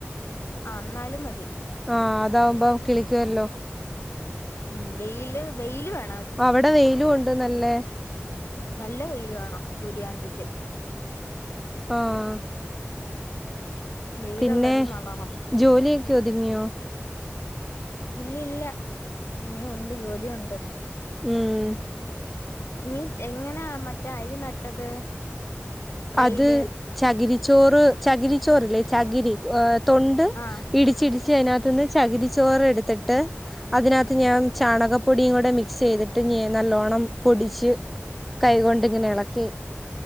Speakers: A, on the left; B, in the centre.
A: ആഹ് ഇന്നാലും മതി
B: ആഹ് അതാവുമ്പം കിളിക്കുവല്ലോ.
A: ഉം ബെയില് ബെയില് വേ
B: അവടെ വെയിലും ഉണ്ട് നല്ലേ
A: നല്ല വെയിൽ വേണം സൂര്യകാന്തിക്ക്.
B: ആഹ്
A: വെയിലുള്ളടത്ത്
B: പിന്നെ
A: നടണം
B: ജോലിയക്കെ ഒതുങ്ങിയോ?
A: ഇല്ല ഇല്ല ഇനിയും ഉണ്ട് ജോലി ഉണ്ട്.
B: ഉം
A: നീ എങ്ങനാ മറ്റേ അരി നട്ടത്? ട്രെയില്
B: അത് ചകിരിച്ചോറ് ചകിരിച്ചോർല്ലേ ചകിരി ഏഹ് തൊണ്ട്
A: ആഹ്
B: ഇടിച്ചിടിച്ച് അതിനകത്ത്ന്ന് ചകിരി ചോറ് എടുത്തിട്ട് അതിനകത്ത് ഞാൻ ചാണകപ്പൊടിയും കൂടെ മിക്സ് ചെയ്തിട്ട് ഞാ നല്ലോണ്ണം പൊടിച്ച് കൈകൊണ്ട് ഇങ്ങനെ എളക്കി